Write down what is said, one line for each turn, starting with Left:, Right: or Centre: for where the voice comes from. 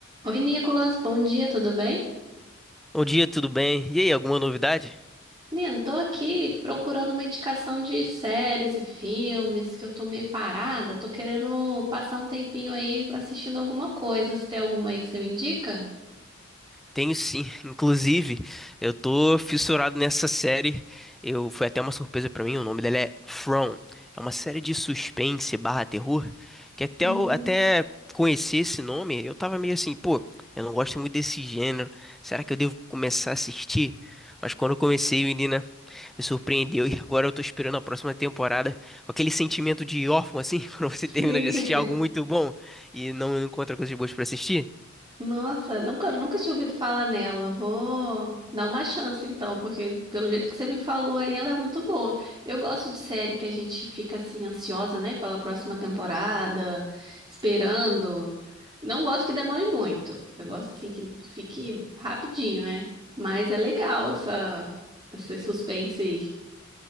Right: Oi, Nicolas, bom dia, tudo bem?
Centre: Bom dia, tudo bem? E aí, alguma novidade?
Right: Nino, tô aqui procurando uma indicação de séries e filmes, que eu tô meio parada, tô querendo passar um tempinho aí assistindo alguma coisa. Se tem alguma aí que você me indica?
Centre: Tenho sim. <laughs> Inclusive, eu tô fissurado nessa série. Eu foi até uma surpresa pra mim. O nome dela é From. É uma série de suspense barra terror que até
Right: Uhum.
Centre: eu, até conhecer esse nome, eu tava meio assim, pô, eu não gosto muito desse gênero. Será que eu devo começar a assistir? Mas quando eu comecei, menina, me surpreendeu e agora eu tô esperando a próxima temporada com aquele sentimento de órfão assim, <laughs> quando você
Right: Sim.
Centre: termina de assistir algo muito bom e não encontra coisas boas pra assistir.
Right: Nossa, nunca, nunca tinha ouvido falar nela. Vou dar uma chance então, porque pelo jeito que você me falou aí, ela é muito boa. Eu gosto de série que a gente fica assim ansiosa, né, pela próxima temporada, esperando. Não gosto que demore muito. Eu gosto assim que fique rapidinho, né? Mas é legal essa esse suspense aí.